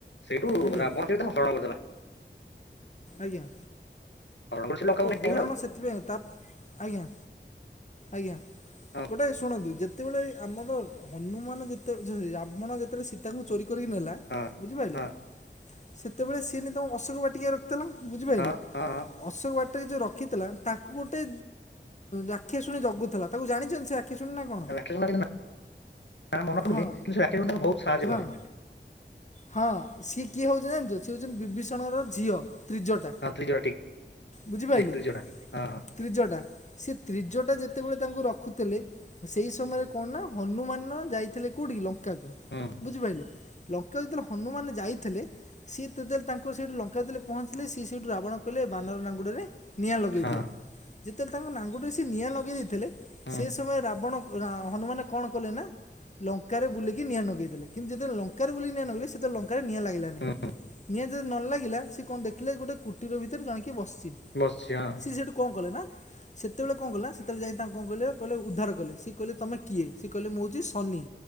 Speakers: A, on the left (about 75°); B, on the left (about 40°).
A: ସେଇଠୁ
B: ଆଜ୍ଞା
A: ରାବଣ
B: ଆଜ୍ଞା
A: ସେଇଠୁ ତାଙ୍କୁ ହରଣ କରିଦେଲା।
B: ଆଜ୍ଞା
A: ହରଣ କରି ସେ ଲଙ୍କାକୁ
B: ଓ
A: ନେଇଗଲା
B: ହରଣ ସେଥିପାଇଁ ତା ଆଜ୍ଞା ଆଜ୍ଞା
A: ଆଉ
B: ଗୋଟେ ଶୁଣନ୍ତୁ ଯେ ଯେତେବେଳେ ଆମର ହନୁମାନ ଯେତେ ସରି ରାବଣ ଯେତେବେଳେ ସୀତାଙ୍କୁ ଚୋରି କରିକି ନେଲା
A: ହଁ
B: ବୁଝିପାଇଲେ
A: ହଁ ହଁ
B: ସେତେବେଳେ ସିଏ ନେଇକି ତାଙ୍କୁ ଅଶୋକ ବାଟିକା ରେ ରଖିଥିଲା ବୁଝିପାଇଲେ
A: ହଁ ହଁ ହଁ
B: ଅଶୋକ ବା ତାକୁ ଯୋଉ ରଖିଥିଲା ତାଙ୍କୁ ଗୋଟେ ରକ୍ଷାଶୁଣି ଜଗୁଥିଲା ତାକୁ ଜାଣିଛନ୍ତି ସେ ରକ୍ଷାଶୁଣି ନା କଣ?
A: <unintelligible> ନାଁ ମାନ ପଡୁନି
B: ହଁ
A: କିନ୍ତୁ ସେ ରାକ୍ଷାସୁଣୀ ତାଙ୍କୁ ଭୋଉତ୍ ସାହାଯ୍ୟ
B: ହଁ
A: କରେ।
B: ହଁ ସିଏ କିଏ ହଉଛନ୍ତି ଜାଣିଛ ସିଏ ହଉଛନ୍ତି ବିଭୀଷଣ ର ଝିଅ। ତ୍ରିଜଟା
A: ହଁ ତ୍ରିଜଟା ଠିକ୍
B: ବୁଝିପାଇଲେ।
A: ଟେକି ଯୋଡା ହଁ
B: ତ୍ରିଜଟା। ସେ ତ୍ରିଜଟା ଯେତେବେଳେ ତାଙ୍କୁ ରଖୁଥିଲେ ସେଇ ସମୟରେ କଣ ନା ହନୁମାନ ଯାଇଥିଲେ କୋଉଠି କି ଲଙ୍କା କୁ
A: ହଁ
B: ବୁଝିପାଇଲେ ଲ ଲଙ୍କା କୁ ଯେତେବେଳେ ହନୁମାନ ଯାଇଥିଲେ ସିଏ ତତେବେଳେ ତାଙ୍କ ସେଇଠୁ ଲଙ୍କା କୁ ଯେତେବେଲେ ପହଞ୍ଚିଲେ ସିଏ ସେଇଠୁ ରାବଣ କହୀଲେ ବାନର ନାଙ୍ଗୁଡ଼ରେ ନିଆଁ ଲଗେଇ
A: ହଁ
B: ଦିଅ ଯେତେବେଳେ ତାଙ୍କ ନଙ୍ଗୁଡ଼ାରେ ସେ ନିଆଁ ଲଗେଇ ଦେଇଥିଲେ
A: ହଁ
B: ସେ ସମୟରେ ରାବଣ ରାଆ ହନୁମାନ କଣ କଲେ ନା ଲଙ୍କାରେ ବୁଲିକି ନିଆଁ ନଗେଇଦେଲେ କିନ୍ତୁ ଯେତେବେ ଲଙ୍କାରେ ବୁଲି ନିଆଁ ଲଗେଇଲେ ସେତେବେ ଲଙ୍କାରେ ନିଆଁ ଲାଗିଲାନାହିଁ।
A: ହଁ
B: ନିଆଁ ଯଦି ନ ଲାଗିଲା ସେ କଣ ଦେଖିଲେ ଗୋଟେ କୁଟିର ଭିତରେ ଜଣେ କିଏ ବସିଛି।
A: ବସିଛି ହଁ
B: ସିଏ ସେଠୁ କଣ କଲେ ନା ସେତେବେଳେ ଙ୍କ କଲା ସେତେଳେ ଯାଇ ତାଙ୍କୁ ଙ୍କ କଇଲେ କହିଲେ ଉଦ୍ଧାର କଲେ ସିଏ କହିଲେ ତମେ କିଏ ସିଏ କହିଲେ ମୁଁ ହଉଛି ଶନି।